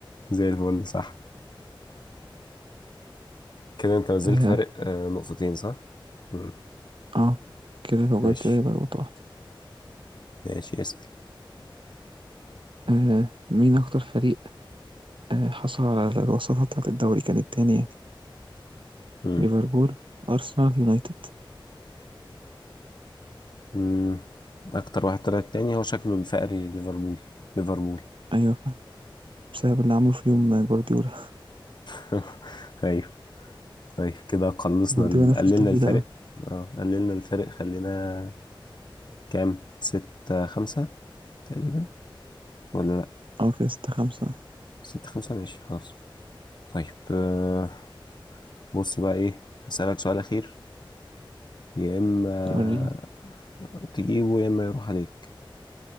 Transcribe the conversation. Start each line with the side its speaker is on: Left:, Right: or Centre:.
Left: زي الفل صح كده انت نزلت
Right: آه
Left: فارق آه نقطتين صح مم.
Right: آه كده لو
Left: ماشي
Right: جبت ده يبقى نقطة واحدة
Left: ماشي اسأل
Right: آه مين أكتر فريق آه حصل على الوصافة بتاعة الدوري كانت تاني يعني
Left: مم.
Right: ليفربول أرسنال يونايتد
Left: مم. اكتر واحد طلع التاني هو شكله الفقري ليفربول ليفربول
Right: أيوة فاهم بسبب اللي عمله في يوم آه، جوارديولا
Left: <laughs> ايوه طيب كده قلصنا
Right: جوارديولا
Left: ال-
Right: نفس
Left: قللنا
Right: طويل
Left: الفارق
Right: أوي
Left: اه قللنا الفارق خلينا كام ستة خمسة تقريبا ولا لأ
Right: أه كده ستة خمسة
Left: ستة خمسة ماشي خلاص طيب آه، بص بقى إيه هسألك سؤال أخير يا إما
Right: وريني
Left: تجيبه يا إما يروح عليك